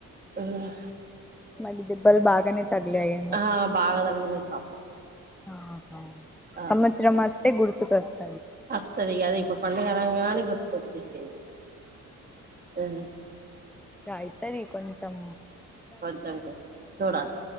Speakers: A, on the right; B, in the centre.
A: అవును
B: అంటే దెబ్బల్ బాగానే తగిలాయేమో
A: ఆ బాగ తలిగినయి పాపం
B: ఆహా
A: ఆ
B: సంవత్సరం అస్తే గుర్తుకొస్తయి
A: వస్తది అదే ఇప్పుడు పండుగ అనంగానే గుర్తుకొచ్చేసింది ఆ
B: ఇగ అయితది కొంచం
A: కొంచెం కొంచెం చూడాలి